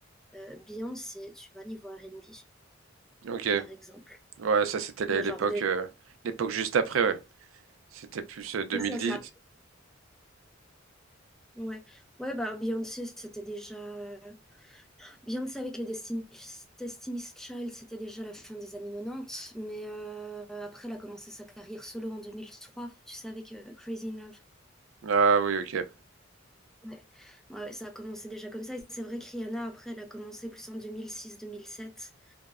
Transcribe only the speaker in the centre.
euh, Beyoncé, tu vois, niveau R&B,
par exemple.
Genre,
déjà,
c'est ça, ça. Ouais, ouais, bah Beyoncé, c'était déjà euh, Beyoncé avec les Destiny's, Destiny's Child, c'était déjà la fin des années 90, mais euh, après, elle a commencé sa carrière solo en 2003, tu sais, avec euh, Crazy in Love.
Ouais. Ouais, ça a commencé déjà comme ça. Et c'est vrai que Rihanna, après, elle a commencé plus en 2006-2007.